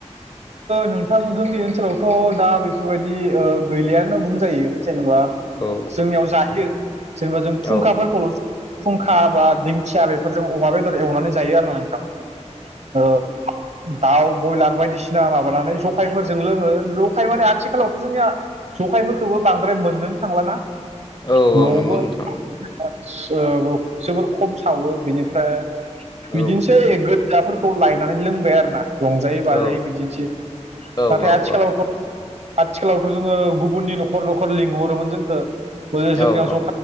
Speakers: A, on the right; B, on the left.
A: नोंथां जोंनि ओनसोलावथ' दा बेफोरबायदि गैलियानो बुंजायो जेनेबा
B: औ
A: जोंनियाव जायो जेनेबा जों
B: औ
A: खुंखाफोरखौल' फुंखा बा दिंखिया बेफोरजों अमा बेदर एवनानै जायो आरोना नोंथां औ दाउ ब्रयलार बायदिसिना बिना माबानानै जखायफोरजों लोङो जखाय माने आथिखालावथ' जोंनिया जखायफोरखौबो बांद्राय मोननोनो थांलाना
B: औ
A: न'आवबो
B: औ नंगौ नोंथां
A: जोबोर खम सावो बिनिफ्राय
B: औ
A: बिदिनोसै फिसाफोरखौ लायनानै लोंबाय आरोना रंजायै बाजायै
B: औ
A: बिदिनोसै
B: औ
A: नाथाय आथिखालावथ'
B: औ
A: आथिखालावथ' जोङो गुबुननि न'खर न'खर लिंहरोमोन जोंखौे
B: औ
A: जोंनियाव जौ